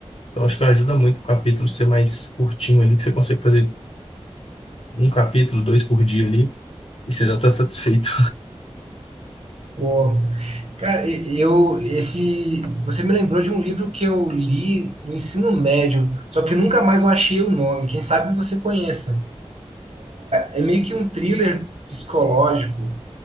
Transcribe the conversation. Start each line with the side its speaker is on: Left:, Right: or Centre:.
Left: Então, acho que ajuda muito o capítulo ser mais curtinho ali, que você consegue fazer um capítulo, dois por dia ali, e você já está satisfeito.
Right: Pô, cara, e- eu esse você me lembrou de um livro que eu li no ensino médio, só que eu nunca mais eu achei o nome. Quem sabe você conheça. É meio que um thriller psicológico.